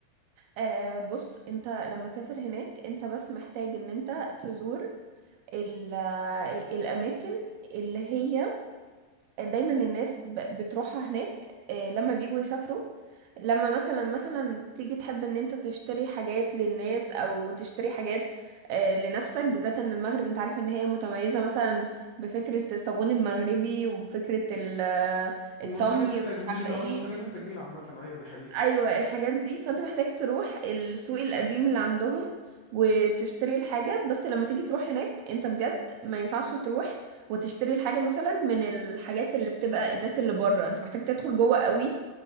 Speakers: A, on the right; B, on the left.
A: آه بص انت لما تسافر هناك انت بس محتاج ان انت تزور ال- الأماكن اللي هي دايما الناس ب- بتروحها هناك آه، لما بيجوا يسافروا لما مثلا مثلا تيجي تحب ان انت تشتري حاجات للناس او تشتري حاجات آه، لنفسك بالذات ان المغرب انت عارف ان هي متميزة مثلا بفكرة الصابون المغربي وبفكرة ال- الطمي
B: منتجات التجميل
A: ومش عارفة ايه
B: اه منتجات التجميل عامة ايوه دي حقيقة
A: ايوه الحاجات دي فانت محتاج تروح السوق القديم اللي عندهم وتشتري الحاجة بس لما تيجي تروح هناك انت بجد ما ينفعش تروح وتشتري الحاجة مثلا من الحاجات اللي بتبقى الناس اللي بره انت محتاج تدخل جوه قوي